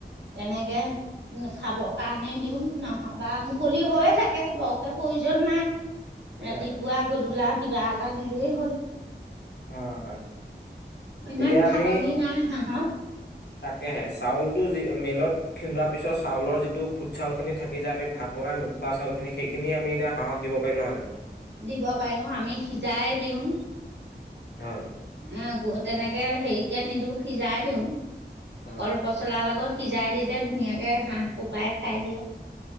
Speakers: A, on the right (about 85°); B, on the left (about 70°).
A: তেনেকে খাবৰ কাৰণে দিওঁ। নহয় বা মুকলি হৈয়ে থাকে, বৰকে প্ৰয়োজন নাই। ৰাতিপুৱা
B: হয়
A: গধূলা। কিবা এটা দিলেই হ'ল।
B: অ' হয়!
A: ইমান
B: এতিয়া আমি,
A: খাটনি নাই হাঁহক
B: তাকেহে চাউল মিলত খিন্দোৱা পিছত চাউলৰ যিটো খুট চাউল খিনি থাকি যায়, আমি ভাত বনাই নোখোৱা চাউল খিনি। সেইখিনি আমি এতিয়া হাঁহক দিব পাৰিম নহয় জানোঁ।
A: দিব পাৰিম অ' আমি সিজাই দিওঁ।
B: হয়।
A: অ'হ তেনেকে হেৰিকে নিদিওঁ, সিজাই দিওঁ।
B: হয়
A: কলপচলা লগত। সিজাই দিলে, ধুনীয়াকে হাঁহ সোপাই খাই দিয়ে।